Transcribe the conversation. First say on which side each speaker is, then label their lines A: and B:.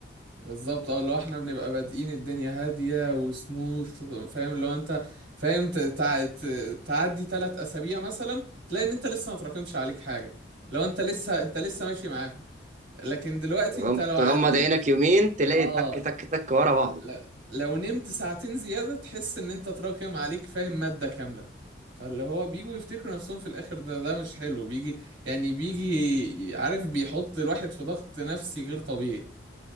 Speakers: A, on the right; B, on the right.
A: بالظبط اه لو احنا بنبقى بادئين الدنيا هادية وسموث فاهم اللي هو انت فاهم ت... تع... ت... تعدي ثلاث اسابيع مثلا تلاقي ان انت لسه ما تراكمش عليك حاجة لو انت لسه انت لسه ماشي معاهم لكن دلوقتي
B: تغم-
A: انت لو
B: تغمض
A: عديت
B: عينك يومين تلاقي
A: اه
B: تك تك تك ورا بعض
A: ل- لو نمت ساعتين زيادة تحس ان انت تراكم عليك فاهم مادة كاملة فاللي هو بيجوا يفتكروا نفسهم في الاخر ده ده مش حلو بيجي يعني بيجي عارف بيحط الواحد في ضغط نفسي غير طبيعي